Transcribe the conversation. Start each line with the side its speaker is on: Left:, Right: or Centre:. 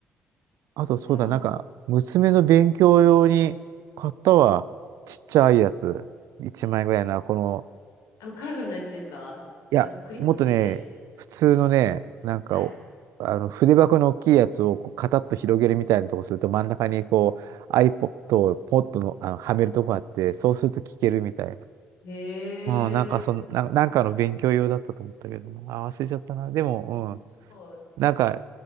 Right: あと、そうだ、
Left: 多分、
Right: なんか、娘の勉強用に買ったわ。ちっちゃいやつ。1枚ぐらいな、この、
Left: あの、カラフルなやつですかなんかクリップついてるやつ。
Right: いや、もっとね、普通のね、なんかおあの筆箱の大きいやつをこうカタッと広げるみたいなとこすると真ん中にこう
Left: はい。
Right: iPod をポッとの、あのはめるとこがあって、そうすると聞けるみたいな。
Left: へえ。
Right: うん、なんかその、な、なんかの勉強用だったと思ったけどな、あ、忘れちゃったな。でも、
Left: 面白い。
Right: うん、なんか